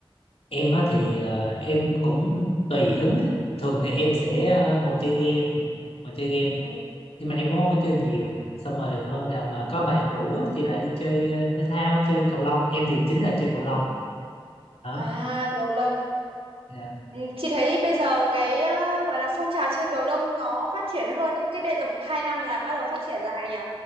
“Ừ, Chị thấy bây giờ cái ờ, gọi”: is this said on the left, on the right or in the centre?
Right